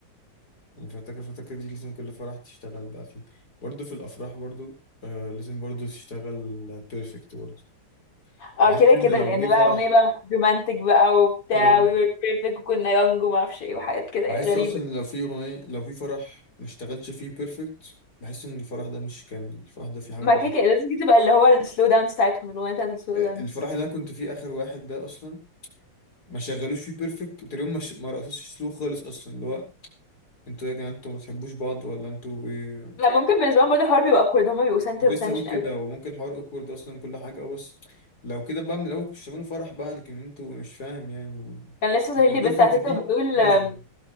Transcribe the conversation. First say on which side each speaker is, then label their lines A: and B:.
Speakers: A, on the left; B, on the left.
A: يعني فرتكه فرتكه دي لازم كل فرح تشتغل بقى فيه برضه في الافراح برضه آه لازم برضه تشتغل بيرفكت برضه
B: اه
A: بحس
B: كده
A: ان
B: كده
A: لو
B: لان
A: جه
B: بقى
A: فرح
B: اغنيه بقى رومانتك بقى وبتاع
A: آه.
B: وي وير بيرفكت وكنا يونج وما اعرفش ايه وحاجات كده
A: بحس
B: غريبه
A: اصلا لو في اغنيه لو في فرح ما اشتغلتش فيه بيرفكت بحس ان الفرح ده مش كامل الفرح ده فيه حاجه
B: ما
A: غلط
B: كده كده لازم دي تبقى اللي هو السلو دانس بتاعتهم الاغنيه بتاعت السلو
A: آه،
B: دانس
A: الفرح اللي انا كنت فيه اخر واحد ده اصلا ما شغلوش فيه بيرفكت وتقريبا ما, ش... ما رقصوش سلو خالص اصلا اللي هو انتوا يا جماعه انتوا ما بتحبوش بعض ولا انتوا ايه
B: لا ممكن بالنسبه لهم برضه الحوار بيبقى awkward هما بيبقوا سنتر
A: كنت
B: اوف
A: لسه
B: اتنشن
A: اقول كده
B: قوي
A: هو ممكن الحوار اوكورد اصلا كل حاجه اه بس لو كده بقى من الاول كنتش تعملوا فرح بقى لكن انتوا مش فاهم يعني
B: كان لسه
A: <laughs>
B: ظاهر لي
A: البيرفكت
B: بنت على تيك
A: دي
B: توك بتقول
A: لازم
B: آم،